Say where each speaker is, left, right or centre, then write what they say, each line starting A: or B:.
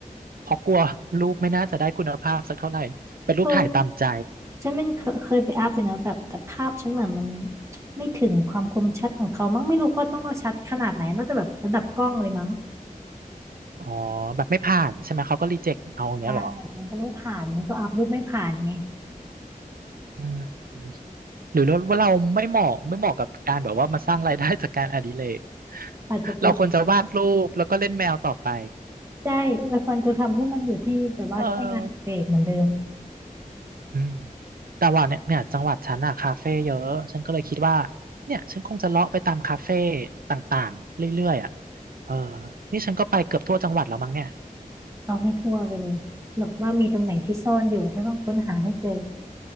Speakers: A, on the right (about 80°); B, on the right (about 20°).
A: เพราะกลัวรูปไม่น่าจะได้คุณภาพสักเท่าไหร่ เป็นรูปถ่ายตามใจ
B: เคยฉันมันเคยเคยไปอัพเลยนะแบบแต่ภาพฉันเหมือนมันไม่ถึงความคมชัดของเขามั้งไม่รู้ว่าต้องเอาชัดขนาดไหนน่าจะแบบระดับกล้องเลยมั้ง
A: อ๋อแบบไม่ผ่านใช่ไหม เขาก็รีเจ็คเอาอย่างเงี้ยเหรอ
B: ได้มันก็ไม่ผ่านมันก็อัพรูปไม่ผ่านไง
A: อืมหรือว่าเราไม่เหมาะไม่เหมาะกับการแบบว่ามาสร้างรายได้จากการอดิเรก
B: อาจจะเป็น
A: เราควรจะวาดรูปแล้วก็เล่นแมวต่อไป
B: ใช่มันควรจะทำให้มันอยู่ที่แบบว่าแค่งานอดิเรกเหมือนเดิม
A: เออ อืมแต่ว่าเนี่ยเนี่ยจังหวัดฉันอะคาเฟ่เยอะฉันก็เลยคิดว่าเนี่ยฉันคงจะเลาะไปตามคาเฟ่ต่างๆเรื่อยๆอะเออนี่ฉันก็ไปเกือบทั่วจังหวัดแล้วมั้งเนี่ย
B: เอาให้ทั่วไปเลยแบบว่ามีตรงไหนที่ซ่อนอยู่ถ้าต้องค้นหาให้เจอ